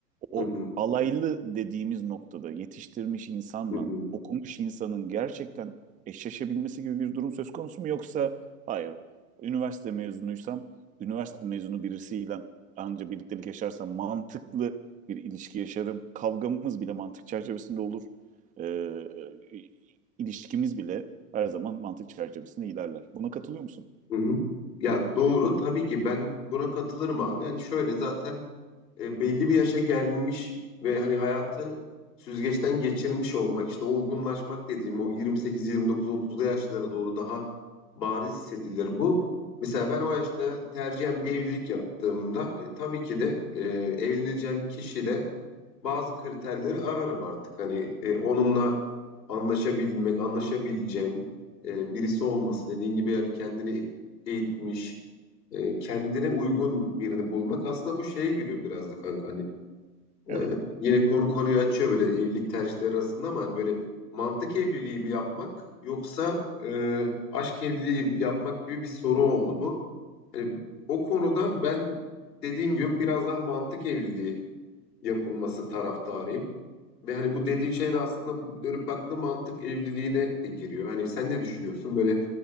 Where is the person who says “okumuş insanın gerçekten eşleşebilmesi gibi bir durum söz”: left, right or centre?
Right